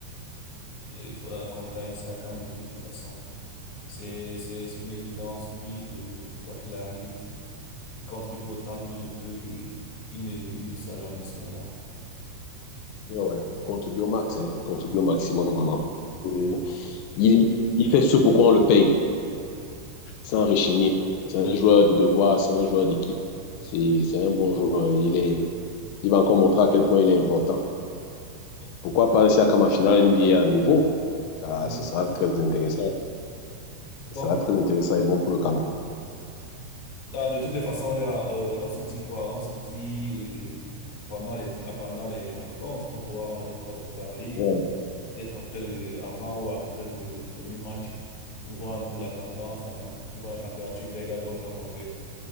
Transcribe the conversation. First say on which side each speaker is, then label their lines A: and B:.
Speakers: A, on the left (about 50°); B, on the left (about 85°).
A: il faudra compter avec Sakam de toutes les façons. C'est, c'est, c'est une évidence. Lui, euh, quoi qu'il arrive, il contribue autant qu'il le peut et il ne, il ne déçoit jamais, selon moi.
B: ouais, contribue au max, hein, contribue au maximum, vraiment. Et
A: Mhm.
B: Il, il fait ce pourquoi on le paye. C'est un rechigné. C'est un joueur de devoir, c'est un joueur d'équipe. C'est c'est un bon joueur. Il, est, il va encore montrer à quel point il est important. Pourquoi pas un Siakam en finale NBA à nouveau? Ah,
A: Mhm.
B: ce sera très intéressant. Ce
A: Bon.
B: sera très intéressant et bon pour le Cameroun.
A: Ah, de toutes les façons, gars, euh, on se dit quoi? On se dit euh, pendant les ah, pendant les, les rencontres, on pourra en reparler
B: Ouais.
A: peut-être après le, avant ou après le, le premier match pour voir un peu la tendance, la temp- pour voir la température que les gars vont nous apporter.